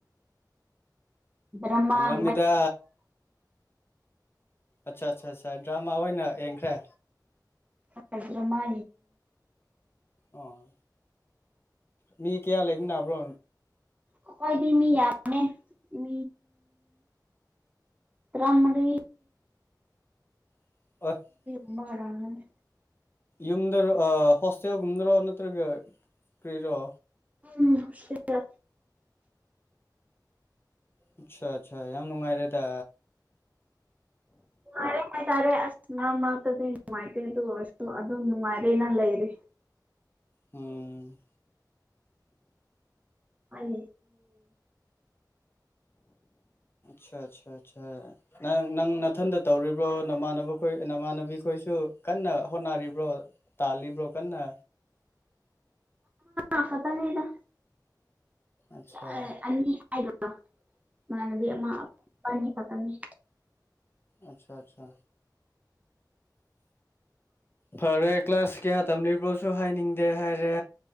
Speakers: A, on the right (about 20°); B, on the left (about 30°).
A: ꯗ꯭ꯔꯃꯥꯒꯨꯝꯕ
B: ꯑꯦꯡꯂꯣꯝꯃꯤꯗꯥ ꯑꯠꯆꯥ ꯑꯠꯆꯥ ꯑꯆꯥ ꯗ꯭ꯔꯃꯥ ꯑꯣꯏꯅ ꯌꯦꯡꯈ꯭ꯔꯦ
A: ꯔꯗ꯭ꯔ ꯃꯥ
B: ꯑꯣ ꯃꯤ ꯀꯌꯥ ꯂꯩꯕ ꯅꯥꯕ꯭ꯔꯣ
A: ꯀꯣꯏꯗꯃꯤ ꯌꯥꯅꯦ ꯎꯝ ꯔꯃꯔꯤ
B: ꯑꯣꯏꯐ
A: ꯊꯃ ꯑꯣꯏꯔꯃꯦ
B: ꯌꯨꯝꯗꯔ ꯍꯣꯁꯇꯦꯜꯦꯜꯒꯨꯝꯗꯔꯣ ꯅꯠꯇ꯭ꯔꯒ ꯀꯔꯤꯔꯣ
A: ꯎꯝ ꯁꯤꯗ
B: ꯑꯆꯥ ꯑꯆꯥ ꯌꯥꯝ ꯅꯨꯡꯉꯥꯏꯔꯦꯗ
A: ꯅꯨꯡꯉꯥꯏꯔꯦ ꯍꯥꯏꯇꯥꯔꯦ ꯑꯁ ꯃꯥ ꯉꯥꯛꯇꯗꯤ ꯅꯨꯡꯉꯥꯏꯇꯦ ꯑꯗꯨ ꯑꯣꯏꯔꯁꯨ ꯑꯗꯨꯝ ꯅꯨꯡꯉꯥꯏꯔꯦꯅ ꯂꯩꯔꯦ
B: ꯎꯝ
A: ꯑ ꯎ
B: ꯑ ꯑꯠꯆꯥ ꯑꯦ ꯅꯪ ꯅꯪ ꯅꯅꯥꯊꯟꯗ ꯇꯧꯔꯤꯕ꯭ꯔꯣ ꯅꯃꯥꯟꯅꯕ ꯈꯣꯏ ꯅꯃꯥꯟꯅꯕꯤ ꯈꯣꯏꯁꯨ ꯀꯟꯅ ꯍꯣꯠꯅꯔꯤꯕ꯭ꯔꯣ ꯇꯥꯜꯂꯤꯕ꯭ꯔꯣ ꯀꯟꯅ
A: ꯑ ꯐꯠꯇ ꯂꯩꯗ
B: ꯑꯠꯆꯥ
A: ꯑ ꯍꯥꯏ ꯃꯃꯥꯟꯅꯕꯤ ꯑꯃꯄꯥꯅꯤ ꯄꯀꯝꯃꯤ
B: ꯑꯆꯥ ꯑꯆꯥ
A: <inaudible>
B: ꯐꯔꯦ ꯀ꯭ꯂꯥꯁ ꯀꯌꯥ ꯇꯝꯂꯤꯕ꯭ꯔꯣꯁꯨ ꯍꯥꯏꯅꯤꯡꯗꯦ ꯍꯥꯏꯔꯦ